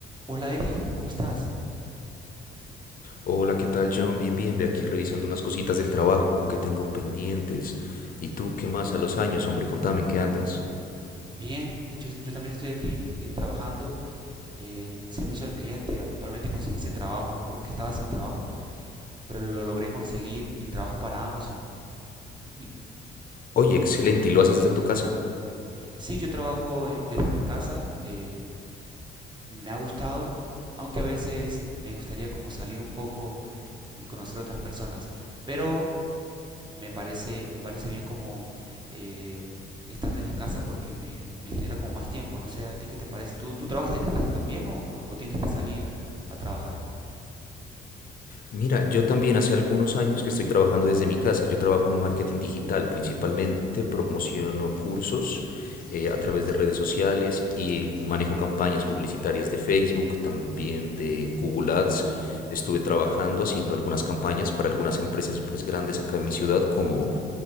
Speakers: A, on the right; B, on the left.
A: Hola Eri, ¿cómo estás?
B: Hola, ¿qué tal, John? Bien, bien, ve aquí revisando unas cositas del trabajo que tengo pendientes. ¿Y tú qué más a los años, hombre? Contame, ¿en qué andas?
A: Bien, yo, yo también estoy aquí eh, trabajando eh, en servicio al cliente. Actualmente conseguí ese trabajo porque estaba sin trabajo, pero lo logré conseguir y trabajo para Amazon. Y,
B: Oye, excelente, ¿y lo haces desde tu casa?
A: sí, yo trabajo eh, desde mi casa, eh, me ha gustado, aunque a veces me gustaría como salir un poco y conocer otras personas, pero me parece, me parece bien como eh, estar desde casa porque me, me genera como más tiempo. No sé a ti qué te parece. ¿Tú, tú trabajas desde casa también o, o tienes que salir a, a trabajar?
B: Mira, yo también hace algunos años que estoy trabajando desde mi casa. Yo trabajo en marketing digital, principalmente promociono cursos eh, a
A: Sí,
B: través de redes sociales y manejo campañas publicitarias de Facebook, también de Google Ads. Estuve trabajando haciendo algunas campañas para algunas empresas pues grandes acá en mi ciudad como